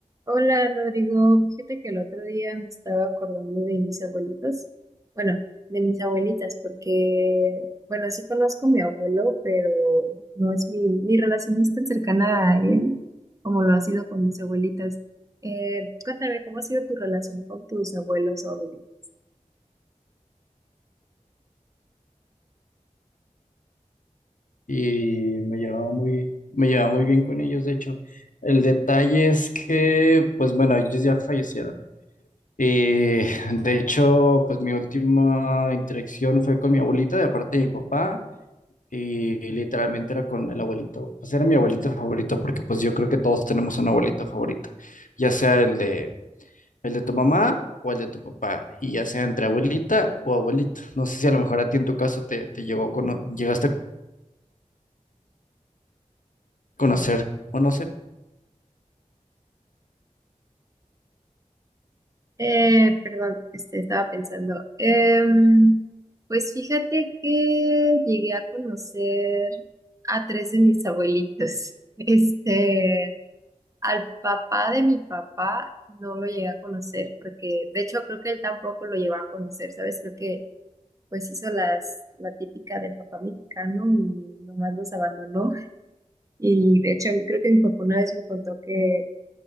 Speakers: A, on the right; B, on the left.
A: Hola Rodrigo, fíjate que el otro día me estaba acordando de mis abuelitos, bueno, de mis abuelitas, porque, bueno, sí conozco a mi abuelo, pero no es mi, mi relación no es tan cercana a él como lo ha sido con mis abuelitas. Eh, cuéntame, ¿cómo ha sido tu relación con tus abuelos o abuelitos?
B: y me llevaba muy, me llevaba muy bien con ellos, de hecho. El detalle es que, pues bueno, ellos ya fallecieron. Y <laughs> de hecho, pues mi última interacción fue con mi abuelita de parte de mi papá y literalmente era con el abuelito. Pues era mi abuelito favorito porque pues yo creo que todos tenemos un abuelito favorito, ya sea el de, el de tu mamá o el de tu papá y ya sea entre abuelita o abuelito. No sé si a lo mejor a ti en tu caso te, te llegó a cono- llegaste a conocer o no sé.
A: Eh, perdón, este, estaba pensando. Em, pues fíjate que llegué a conocer a tres de mis abuelitos. <laughs> Este, Al papá de mi papá no lo llegué a conocer porque, de hecho, creo que él tampoco lo llevaba a conocer, ¿sabes? Creo que pues hizo las, la típica del papá mexicano y nomás los abandonó. Y de hecho, creo que mi papá una vez me contó que